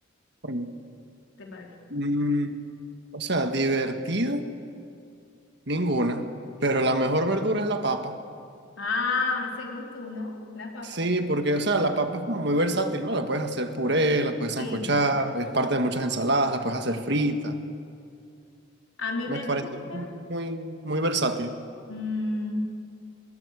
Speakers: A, on the right; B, on the left.
A: Bueno,
B: ¿Te parezca?
A: Mm, o sea, divertido, ninguna. Pero la mejor verdura es la papa.
B: Ah, según tú, ¿no? La papa.
A: Sí, porque, o sea, la papa es como muy versátil, ¿no? La puedes hacer puré, la puedes
B: Sí.
A: sancochar, es parte de muchas ensaladas, la puedes hacer frita.
B: A mí
A: Me
B: me
A: parece
B: gusta.
A: muy, muy versátil.
B: Mm,